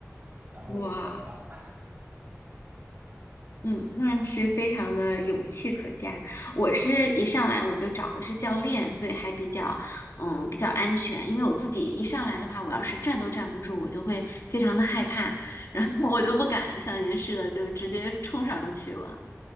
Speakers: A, on the right; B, on the left.
A: 然后我就摔惨了。
B: 哇，嗯，那是非常的勇气可嘉。我是一上来我就找的是教练，所以还比较，嗯，比较安全。因为我自己一上来的话，我要是站都站不住，我就会非常的害怕，然后我就不敢像您似的就直接冲上去了。